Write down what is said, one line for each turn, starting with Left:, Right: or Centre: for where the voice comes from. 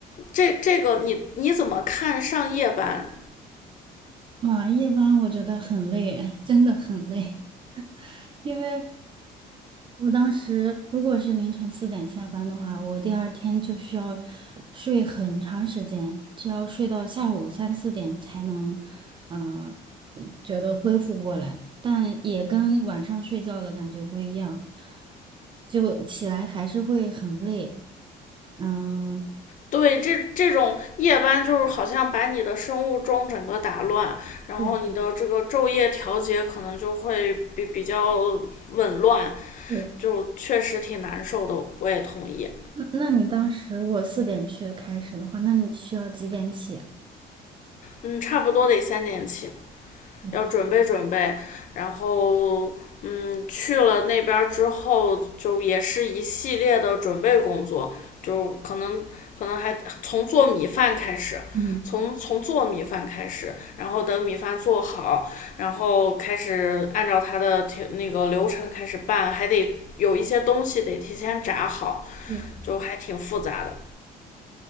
Left: 这这个你你怎么看上夜班？
Right: 哇，夜班我觉得很累，<laughs> 真的很累。因为我当时如果是凌晨四点下班的话，我第二天就需要睡很长时间，就要睡到下午三四点才能，呃，觉得恢复过来，但也跟晚上睡觉的感觉不一样，就起来还是会很累。嗯，
Left: 对，这这种夜班就是好像把你的生物钟整个打乱，然后你的这个昼夜调节可能就会比比较
Right: 对
Left: 紊乱，
Right: 对。
Left: 就确实挺难受的。我也同意，
Right: 那那你当时我四点去开始的话，那你需要几点起啊？
Left: 嗯，差不多得三点起。
Right: 我的天，
Left: 要准备准备，然后嗯，去了那边之后，就也是一系列的准备工作，就可能可能还从做米饭开始，
Right: 嗯。
Left: 从从做米饭开始，然后等米饭做好，然后开始按照它的那个流程开始拌，还得有一些东西得提前炸好，
Right: 对。
Left: 就还挺复杂的。